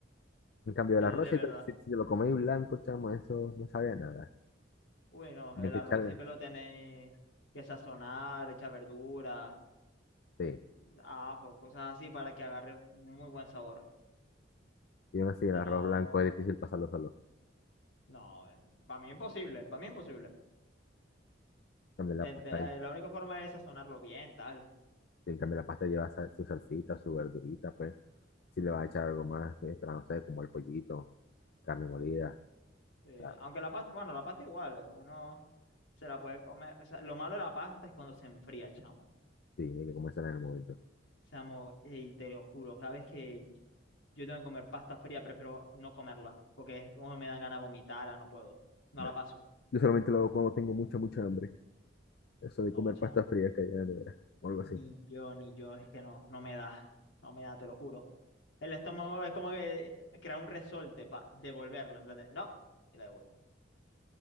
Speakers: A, on the left (about 60°); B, on the left (about 85°).
A: En cambio,
B: Eso
A: el arroz,
B: sí es
A: si,
B: verdad.
A: te- si, si te lo coméis blanco, chamo, eso no sabe a nada.
B: Bueno,
A: Tienes
B: el
A: que
B: arroz
A: echarle,
B: siempre lo tenéis que sazonar, echar verdura,
A: sí.
B: mm, ajo, cosas así para que agarre muy buen sabor.
A: Y aún así, el
B: Si
A: arroz
B: no,
A: blanco es difícil pasarlo solo.
B: no, para mí imposible, para mí imposible.
A: En cambio,
B: de-
A: la pasta,
B: de-
A: ahí-
B: eh, la única forma es sazonarlo bien, tal.
A: en cambio, la pasta lleva sa- su salsita, su verdurita, pues. Si le vas a echar algo más, extra, no sé, como el pollito, carne molida.
B: Eh,
A: O sea,
B: aunque la pasta, bueno, la pasta igual, eh, uno se la puede comer. O sea, lo malo de la pasta es cuando se enfría, chamo.
A: sí, hay que comérsela en el momento.
B: Chamo, eh, y te lo juro, cada vez que y- yo tengo que comer pasta fría, prefiero no comerla, porque es como me dan ganas de vomitarla, no puedo. No
A: No.
B: la paso.
A: Yo solamente lo hago cuando tengo mucha, mucha hambre. Eso de
B: No,
A: comer
B: chamo.
A: pasta fría que hay en la nevera, o algo
B: Ni
A: así.
B: yo, ni yo, es que no, no me da. No me da, te lo juro. El estómago es como que crea un resorte para devolverla, en plan de, no, y la devuelvo.